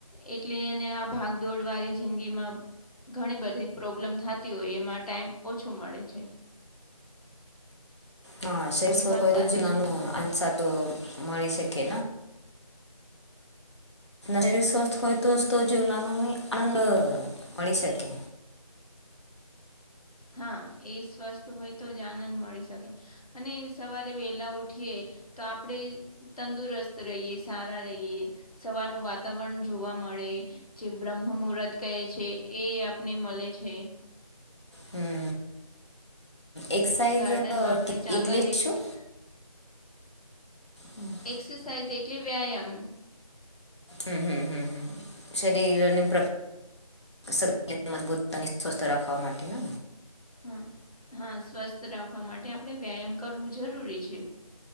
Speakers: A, on the left; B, on the left.
A: એટલે, એને આ ભાગ દોડવાળી જિંદગી માં ઘણી બધી પ્રોબ્લેમ થતી હોય, એમાં ટાઈમ ઓછો મળે છે.
B: હા, શેરસવ
A: એ વાત
B: હોય
A: સાચી
B: તો, જુનાનું
A: છે તમારી
B: આશા તો મળી શકે. શરીર સ્વસ્થ હોય, તો જ તો જીવન ને આનંદ મળી શકે.
A: હા, એ સ્વસ્થ હોય તો જ આનંદ મળી શકે, અને સવારે વેલા ઉઠીએ તો આપણેે તંદુરસ્ત રહીએ સારા રહીએ. સવારનું વાતાવરણ જોવા મળે જે બ્રહ્મ મુહૂર્ત કહે છે એ આપને મળે છે.
B: હમ. એક્સાઇઝ
A: ગાર્ડનમાં આપણે ચાલવા
B: એટલે
A: જઈ
B: શું?
A: શકીએ
B: હમ.
A: એક્સરસાાઈઝ એટલે વ્યાયામ.
B: હમ, હમ, હમ, હમ. શરીરની અને પ્રકૃતિ શરીને મજબૂત સ્વસ્થ રાખવા માટે ને
A: હા હા સ્વસ્થ રાખવા માટે અપ આપણે વ્યાયામ કરવું જરૂરી છે